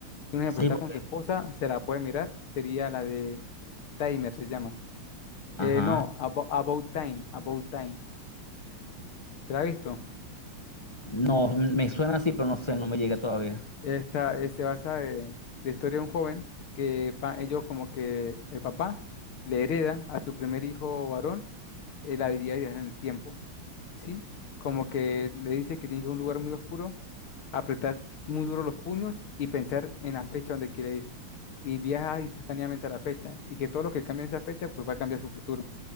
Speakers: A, on the left; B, on the left.
A: Un ejemplo,
B: Sí,
A: está
B: porque,
A: con su esposa, se la puede mirar, sería la de... Timer se llama.
B: ajá.
A: Eh, no, Abo- About, Time, About Time. ¿Te la has visto?
B: No, me suena así, pero no sé, no me llega todavía.
A: Esta, eh, se basa de, de historia de un joven que va- ellos como que el papá le hereda a su primer hijo varón eh, la habilidad de viajar en el tiempo, ¿sí? Como que le dice que tiene que ir a un lugar muy oscuro, apretar muy duro los puños y pensar en la fecha donde quiere ir. Y viaja instantáneamente a la fecha y que todo lo que cambie en esa fecha pues va a cambiar su futuro